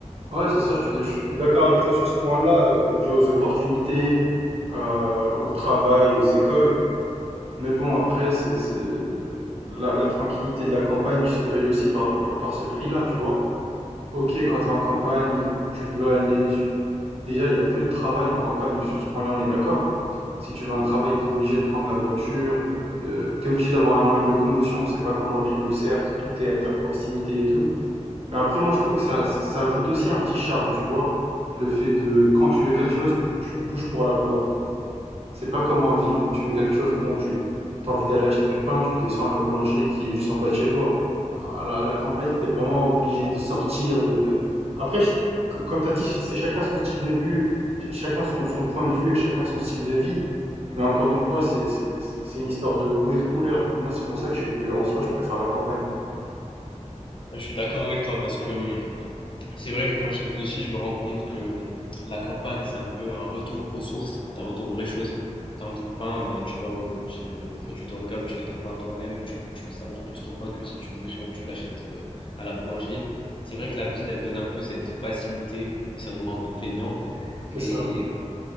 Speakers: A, on the right (about 55°); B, on the left (about 45°).
A: Ouais, c'est ça, je suis, d- je suis- je suis d'accord avec toi sur ce point-là, euh, dû aux opportunités, euh, au travail, aux écoles. Mais bon, après, c'est, c'est- la, la tranquillité de la campagne se paye aussi par, par, par ce prix-là, tu vois. Ok, quand t'es en campagne, tu veux aller... tu- Déjà, il y a peu de travail en campagne, sur ce point-là, on est d'accord. Si tu veux un travail,
B: Mhm.
A: t'es obligé de prendre la voiture, euh, t'es obligé d'avoir un moyen de locomotion. C'est pas comme en ville où, certes, tout est à ta proximité et tout. Mais après, moi, je trouve que ça, ça ajoute aussi un petit charme, tu vois. Le fait de, quand tu veux quelque chose, tu, tu te bouges pour l'avoir. T'es- C'est pas comme en ville où tu veux quelque chose, bon, tu as envie d'aller acheter du pain, tu descends à la boulangerie qui est juste en bas de chez toi. À la, à la campagne, t'es vraiment obligé de sortir, de, de... Après, je- c- comme t'as dit, c'est chacun son style de vue, ch- chacun son, son point de vue et chacun son style de vie. Mais encore une fois, c'est, c'est, c'est une histoire de goût et de couleur. Moi, c'est pour ça que, je- que en soi, je préfère la campagne.
B: Je suis d'accord avec toi parce que hum, C'est vrai que quand je réfléchis, je me rends compte que bon, la campagne, c'est un peu un retour aux sources, un retour aux vraies choses. T'as envie de pain, bah, tu vas au- chez le, le producteur local où tu fais ton pain toi-même. Du coup, tu le savoures plus ton pain que si tu le déchets et tu l'achètes euh, à la boulangerie. C'est vrai que la ville, elle donne un peu cette facilité et ça nous rend un peu feignants.
A: C'est
B: Mais
A: ça.